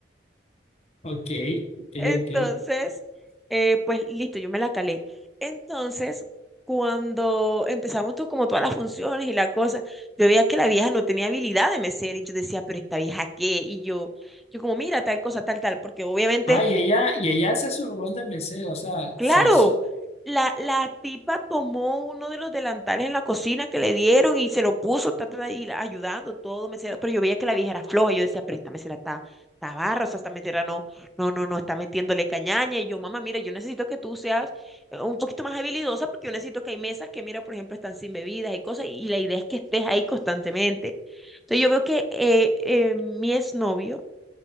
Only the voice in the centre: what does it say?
Entonces,
eh, pues listo, yo me la calé. Entonces, cuando empezamos todo, como todas las funciones y la cosa, yo veía que la vieja no tenía habilidad de mesera y yo decía, pero esta vieja qué, y yo, yo como, mira, tal cosa, tal, tal, porque obviamente
Claro,
la, la tipa tomó uno de los delantales en la cocina que le dieron y se lo puso, ta, ta, ta, y la- ayudando todo, mesera, pero yo veía que la vieja era floja, yo decía, pero esta mesera está, está barra, o sea, esta mesera no, no, no, no, está metiéndole cañaña, y yo, mamá, mira, yo necesito que tú seas eh, un poquito más habilidosa, porque yo necesito que hay mesas que, mira, por ejemplo, están sin bebidas y cosas, y la idea es que estés ahí constantemente. Entonces yo veo que eh, eh, mi exnovio